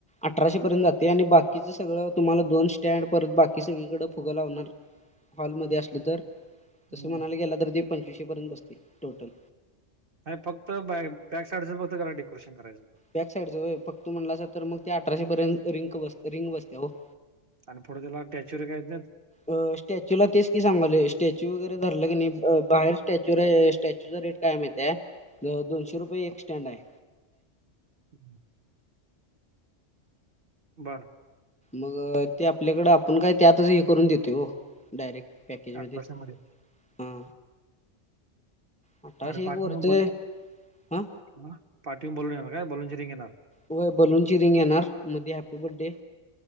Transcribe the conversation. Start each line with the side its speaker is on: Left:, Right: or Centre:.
Centre: अठराशे पर्यंत जाते आणि बाकीच सगळं तुम्हाला दोन स्टँड परत बाकी सगळीकडे फुगं लावणार हॉलमध्ये असलं तर
Right: चालतंय
Centre: तसं म्हणायला गेलं तर ते पंचवीशे पर्यंत बसते टोटल.
Right: न्हाय फक्त बॅ बॅक साइडच फक्त त्याला डेकोरेशन करायचं
Centre: बॅक साइडच व्हय फक्त म्हंटलासा तर मग ते अठराशे पर्यंत रिंग बस रिंग बसत्या हो!
Right: आणि पुढं त्याला टॅच्युरी काय येत नाहीत.
Centre: अ स्टॅच्यू ला तेच की सांगालोय स्टॅच्यू वगैरे धरलं कणी नाही बाहेर स्टॅच्यूला स्टॅच्यूचा रेट काय हाय माहित हाय दोनशे रुपये एक स्टँड हाय.
Right: हम्म! बरं!
Centre: मग ते आपल्याकड आपण काय त्यातच हे करून देतोय ओ डायरेक्ट पॅकेजमध्ये
Right: अठराशे मध्ये
Centre: हा! अठराशे
Right: आणि पाठून
Centre: एक वरच
Right: बलून
Centre: हा
Right: पाठीवर बलून येणार काय बलूनची रिंग येणार?
Centre: व्हय बलूनची रिंग येणार मधी हॅप्पी बर्डे